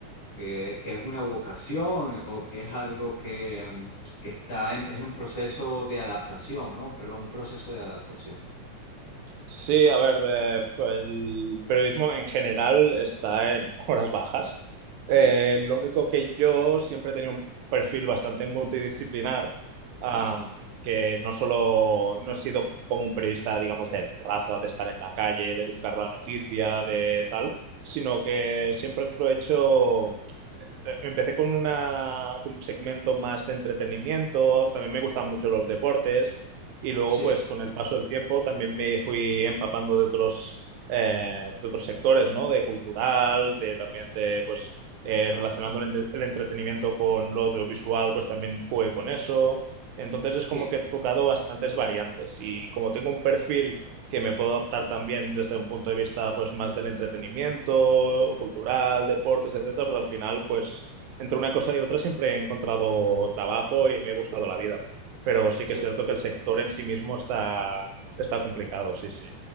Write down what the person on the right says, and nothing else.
Sí, a ver, eh, f- el periodismo en general está en <laughs> horas bajas.
Eh, lo único que yo siempre he tenido un perfil bastante multidisciplinar, am,
que no solo no he sido como un periodista, digamos, de raza, de estar en la calle, de buscar la noticia, de tal, sino que siempre lo he hecho eh, empecé con una, con un segmento más de entretenimiento, también me gustaban mucho los deportes y luego
pues con el paso del tiempo también me fui empapando de otros, eh, de otros sectores, ¿no? De cultural, de también de pues eh, relacionando el, entre- el entretenimiento con lo audiovisual, pues también jugué con eso. Entonces
es como que he tocado bastantes variantes y como tengo un perfil que me puedo adaptar también desde un punto de vista pues más del entretenimiento, cultural, deportes, etcétera, pues al final pues entre una cosa y otra siempre he encontrado trabajo y me he buscado la vida. Pero
sí que es cierto que el sector en sí mismo está, está complicado, sí, sí.